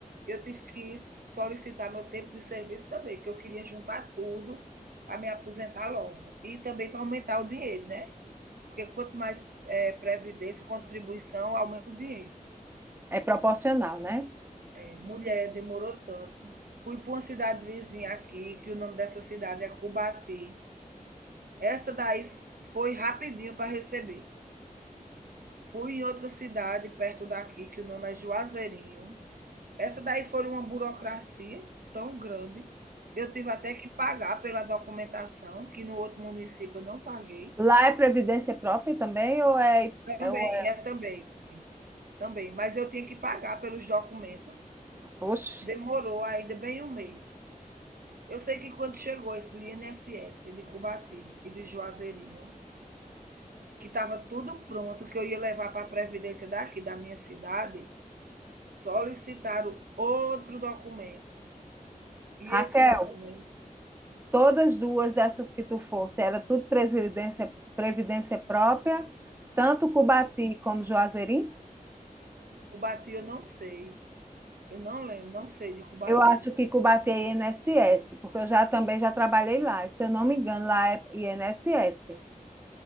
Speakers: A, on the right; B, on the right.
A: Eu tive que solicitar meu tempo de serviço também, que eu queria juntar tudo para me aposentar logo. E também para aumentar o dinheiro, né? Porque quanto mais é, previdência, contribuição, aumenta o dinheiro.
B: É proporcional, né?
A: É, mulher, demorou tanto. Fui para uma cidade vizinha aqui, que o nome dessa cidade é Cubati. Essa daí foi rapidinho para receber. Fui em outra cidade perto daqui, que o nome é Juazeirinho. Essa daí foi uma burocracia tão grande. Eu tive até que pagar pela documentação, que no outro município eu não paguei.
B: Lá é previdência própria também ou é,
A: Também,
B: é- ou é...
A: é também, também. Mas eu tinha que pagar pelos documentos.
B: Oxe.
A: Demorou ainda bem um mês. Eu sei que quando chegou esse do INSS, de Cubati e de Juazeirinho, que estava tudo pronto, que eu ia levar para a Previdência daqui, da minha cidade, solicitaram outro documento. E
B: Raquel,
A: esse documento,
B: todas duas dessas que tu fosse, era tudo previdência, previdência própria, tanto Cubati como Juazeirinho?
A: Cubati, eu não sei. Eu não lembro, não sei de Cubati.
B: Eu acho que Cubati é INSS, porque eu já também já trabalhei lá, e se eu não me engano, lá é INSS.